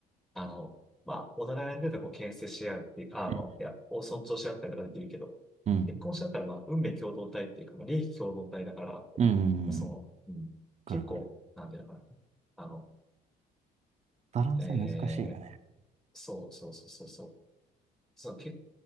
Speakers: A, in the centre; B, on the right (about 40°).
A: あの、まあ、お互いのことをこう牽制し合うっていうか、
B: うん、
A: あの、いや、を尊重し合ったりとかできるけど、
B: うん、
A: 結婚しちゃったら、まあ、運命共同体っていうか、まあ、利益共同体だから、
B: うん。
A: その、
B: うん
A: うん、
B: くるわかる。
A: 結構、なんていうのかな。あの、
B: バランス難しいよね。
A: えー、そうそうそうそうそう。そう、け、